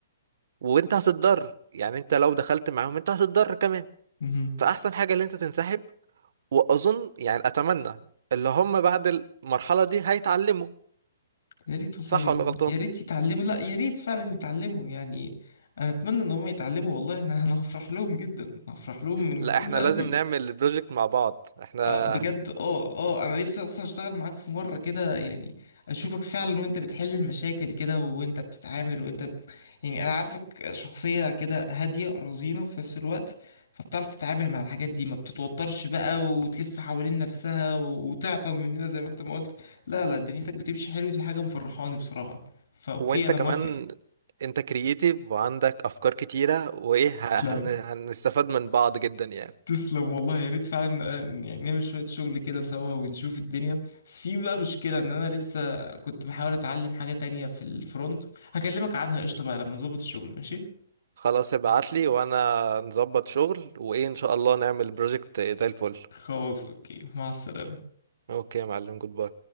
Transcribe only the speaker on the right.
وانت هتتضر يعني انت لو دخلت معاهم انت هتتضر كمان
فاحسن حاجة اللي انت تنسحب واظن يعني اتمنى اللي هم بعد المرحلة دي هيتعلموا
صح
ولا
غلطان
لا
احنا
لازم نعمل البروجكت مع بعض احنا
وانت
كمان
انت كرييتيف وعندك افكار كتيرة وايه ه-
هن- هنستفاد من بعض جدا يعني
خلاص ابعتلي وانا نظبط شغل وايه ان شاء الله نعمل بروجكت زي الفل
اوكي يا معلم جود باي